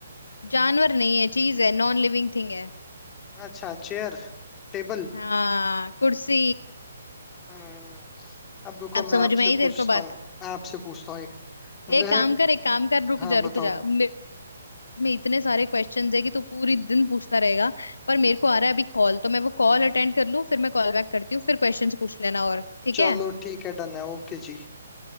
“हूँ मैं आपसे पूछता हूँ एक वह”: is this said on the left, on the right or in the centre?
Left